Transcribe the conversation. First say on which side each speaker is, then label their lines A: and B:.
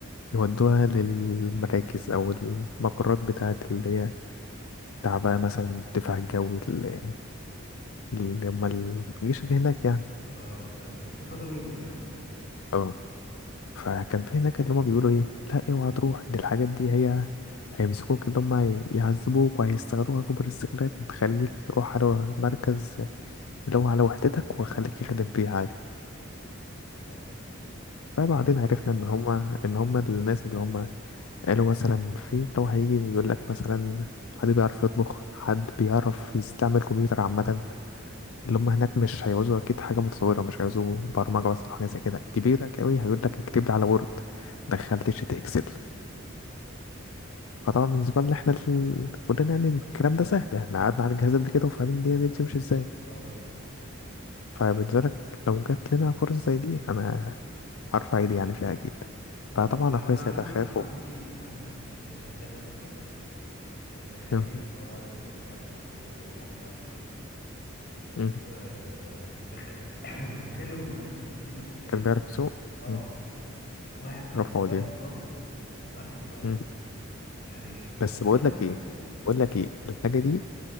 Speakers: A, on the left; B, on the left.
A: يودوها للمراكز أو المقرات بتاعت اللي هي بتاع بقى مثلا الدفاع الجوي ال- اللي هم الجيش اللي هناك يعني
B: اه ده بيستفادوا منهم يعني
A: اه فكان في هناك اللي هما بيقولوا ايه لا اوعى تروح دي الحاجات دي هي هيمسكوك اللي هما ي- يعذبوك وهيستغلوها كبر استغلال تخليك روح على مركز اللي هو على وحدتك وخليك يخدم فيه عادي
B: اه
A: فبعدين
B: والكلام
A: عرفنا ان هما ان هما الناس اللي هما قالوا مثلا في لو هيجي يقول لك مثلا حد بيعرف يطبخ حد بيعرف يستعمل كمبيوتر عامة
B: مم.
A: اللي هم هناك مش هيعوزوا أكيد حاجة متطورة مش هيعوزوا برمجة مثلا حاجة زي كده كبيرة أوي هيقول لك اكتب لي على وورد دخل لي شيت إكسل
B: مم.
A: فطبعا بالنسبة لنا احنا ال... كلنا يعني الكلام ده سهل احنا قعدنا على الجهاز قبل كده وفاهمين الدنيا دي بتمشي ازاي
B: اه طبعا
A: فبالنسبة لك لو جات لنا فرصة زي دي انا هرفع ايدي يعني فيها اكيد
B: ايوه
A: فطبعا
B: يعني
A: اخويا
B: انا
A: ساعتها
B: عندي
A: خاف
B: انا عندي
A: و...
B: عندي ابن خالي يا اسطى ابن خالي
A: آه.
B: هو قالوا له كده فعلا قالوا حد بيعرف يسوق
A: مم.
B: آه ابن خالي <coughs> ابن خالي وابن خالتي الاثنين نفس الكلام
A: كان بيعرف يسوق
B: اه
A: مم.
B: واحد كان
A: رفع
B: سواق
A: ايديه
B: لظابط وواحد كان سواق للواء
A: مم.
B: يعني ابن
A: بس
B: خالتي
A: بقول
B: ده
A: لك ايه بقول لك ايه الحاجة دي